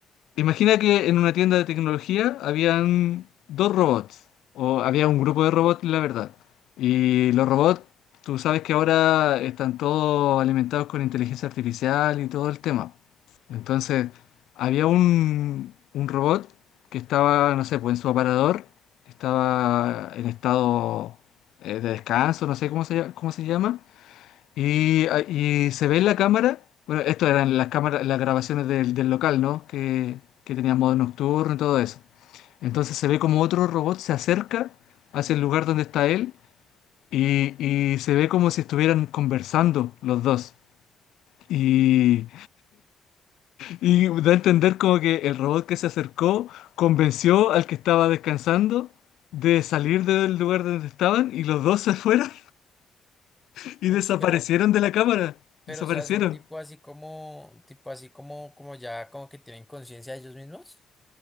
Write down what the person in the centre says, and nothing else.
Uy,
pero,
pero
o sea, son tipo así como, tipo así como, como ya como que tienen conciencia de ellos mismos.